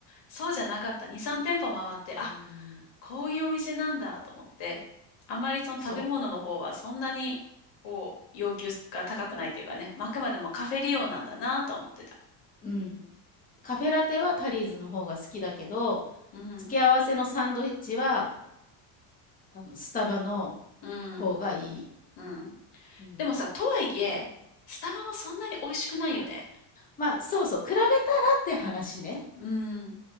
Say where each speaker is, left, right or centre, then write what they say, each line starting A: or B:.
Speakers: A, on the left; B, on the left.
A: そうじゃなかった。二、三店舗回って、あ、
B: うーん、
A: こういうお店なんだと思って、あんまりその食べ物の方はそんなに、
B: そ
A: こう、要求が高くないっていうかね、まああくまでもカフェ利用なんだなと思ってた。
B: う、うん。カフェラテはタリーズの方が好きだけど、
A: うん、
B: 付け合わせのサンドイッチは、あの、スタバの
A: うん、
B: 方がいい。
A: うん。
B: うん。
A: でもさ、とはいえ、スタバもそんなに美味しくないよね。
B: まあ、そうそう、比べたらって話ね。
A: うん。